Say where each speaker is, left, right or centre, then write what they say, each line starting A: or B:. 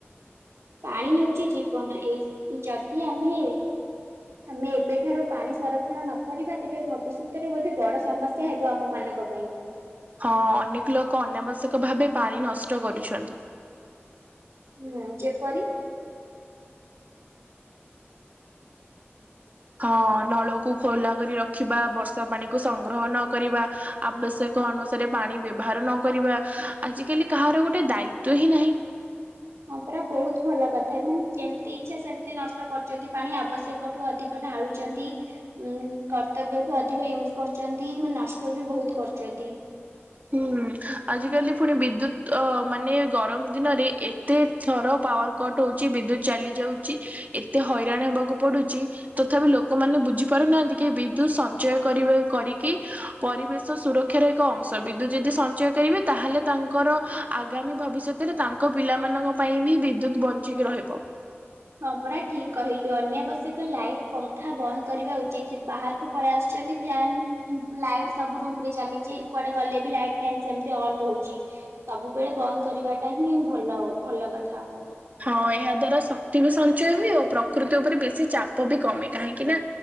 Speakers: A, on the right; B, on the right.
A: ପାଣି ହେଉଛି ଜୀବନ, ଏଇ ଯଦି ଆମେ ଆମେ ଏବେଠାରୁ ପାଣି ସଂରକ୍ଷଣ ନ କରିବା ତେବେ ଭବିଷ୍ୟତରେ ବୋଧେ ବଡ଼ ସମ ସ୍ୟା ହେବ ଆମ ମାନଙ୍କ ପାଇଁ।
B: ହଁ ଅନେକ ଲୋକ ଅନାବଶ୍ୟକ ଭାବେ ପାଣି ନଷ୍ଟ କରୁଛନ୍ତି।
A: ହୁଁ ଯେପରି
B: ହଁ ନଳକୁ ଖୋଲା କରି ରଖିବା, ବର୍ଷାପାଣିକୁ ସଂଗ୍ରହ ନ କରିବା। ଆବଶ୍ୟକ ଅନୁସାରେ ପାଣି ବ୍ୟବହାର ନ କରିବା, ଆଜିକାଲି କାହାର ଗୋଟେ ଦାୟିତ୍ବ ହିଁ ନାହିଁ।
A: ହଁ ପରା ବହୁତ ଭଲ କଥା ଏମାନେ ଯେମତି ଇଚ୍ଛା ସେମତି ନଷ୍ଟ କରୁଚନ୍ତି ପାଣି ଆବଶ୍ୟକଠୁ ଅଧି କ ଢାଳୁଚନ୍ତି। ଉଁ କର୍ତ୍ତବ୍ୟଠୁ ଅଧିକ ୟୁଜ୍ କରୁଚନ୍ତି ମାନେ ନଷ୍ଟ ବି ବହୁତ କରୁଚନ୍ତି।
B: ହୁଁ ଆଜିକାଲି ଫୁଣି ବିଦ୍ୟୁତ୍ ଅ ମାନେ ଗରମ ଦିନରେ ଏ ତେ ଥର ପାୱାର କଟ୍ ହଉଚି ବିଦ୍ୟୁତ୍ ଚାଲି ଯାଉଚି ଏତେ ହଇରାଣ ହେବାକୁ ପଡୁଚି ତଥାବି ଲୋକମାନେ ବୁଝି ପାରୁନାହାନ୍ତି କି ବିଦ୍ୟୁତ୍ ସଞ୍ଚୟ କରିବେ କରିକି ପରିବେଶ ସୁରକ୍ଷାର ଏକ ଅଂଶ ଶ ବିଦ୍ୟୁତ୍ ଯଦି ସଞ୍ଚୟ କରିବେ ତାହାଲେ ତାଙ୍କର ଆଗାମୀ ଭବିଷ୍ୟତରେ ତାଙ୍କ ପିଲାମାନଙ୍କ ପାଇଁ ବି ବିଦ୍ୟୁତ୍ ବଞ୍ଚିକି ରହିବ।
A: ହଁ ପରା ଠିକ୍ କହିଲୁ, ଅନ୍ୟାବଶ୍ୟକ ଲାଇଟ୍ ପଙ୍ଖା ବନ୍ଦ କରିବା ଉଚିତ୍ ବାହାରକୁ ପଳେଇ ଆସୁଚନ୍ତି ଫ୍ୟାନ୍ ଉଁ ଲାଇଟ୍ ସବୁ ରୁମରେ ଚାଲିଚି, କୁଆଡେ ଗଲେ ବି ଲାଇଟ୍ ଫ୍ୟାନ୍ ସେମତି ଅନ୍ ରହୁଚି। ସବୁବେଳେ ବନ୍ଦ କରିବାଟା ହିଁ ଭଲ, ଭଲ କଥା ହବ।
B: ହଁ ଏହା ଦ୍ଵାରା ଶକ୍ତି ବି ସଞ୍ଚୟ ହୁଏ ଓ ପ୍ରକୃତି ଉପରେ ବେଶୀ ଚାପ ବି କମେ, କାହିଁକି ନା